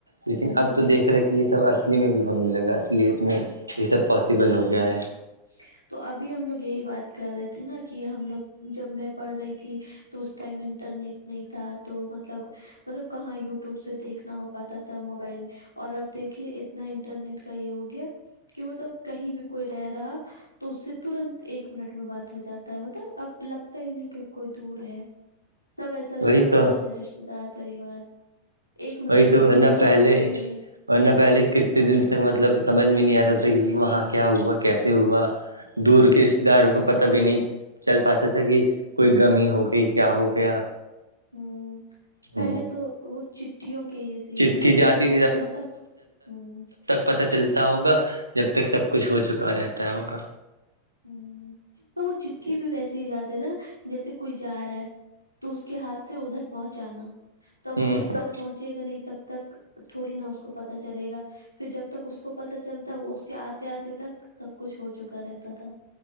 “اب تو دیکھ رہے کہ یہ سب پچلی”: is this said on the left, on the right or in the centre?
Right